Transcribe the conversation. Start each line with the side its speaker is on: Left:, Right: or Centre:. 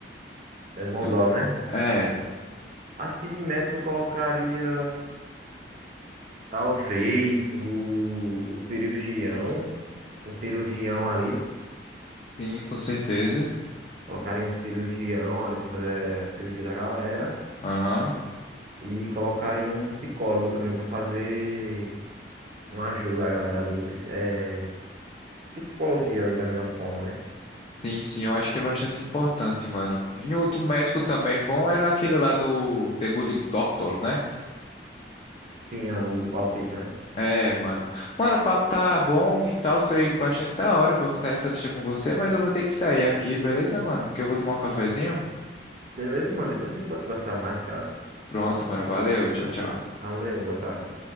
Right: Lesmondós,
Left: Eu,
Right: né?
Left: é,
Right: Acho que de médico eu colocaria talvez o, o cirurgião, um cirurgião ali.
Left: sim, com certeza.
Right: Colocaria um cirurgião ali para fazer a cirurgia da galera.
Left: Aham.
Right: E colocaria um psicólogo também para fazer uma ajuda à galera ali. pis- eh, psicologia ali da melhor forma, né?
Left: Sim, sim, eu acho que é bastante importante, mano. E outro médico também bom era aquele lá do The Good Doctor, né?
Right: Sim, a- o autista, né?
Left: É, mano. Mano, o papo tá bom e tal, foi bastante da hora pra eu montar essa lista com você, mas eu vou ter que sair aqui, beleza, mano? Porque eu vou tomar um cafezinho.
Right: Beleza, mano. Depois a gente pode conversar mais, cara.
Left: Pronto, mano, valeu, tchau, tchau.
Right: Valeu, boa tarde.